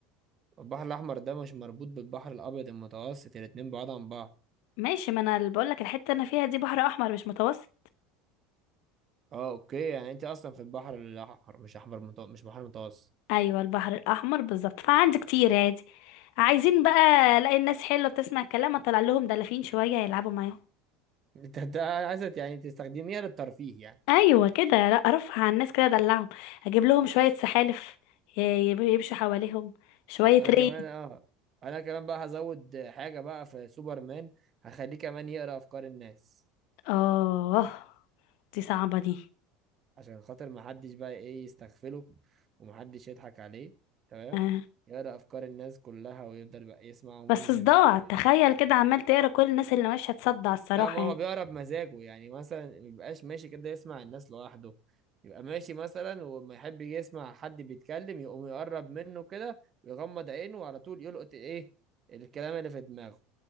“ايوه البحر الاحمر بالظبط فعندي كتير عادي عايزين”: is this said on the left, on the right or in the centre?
Left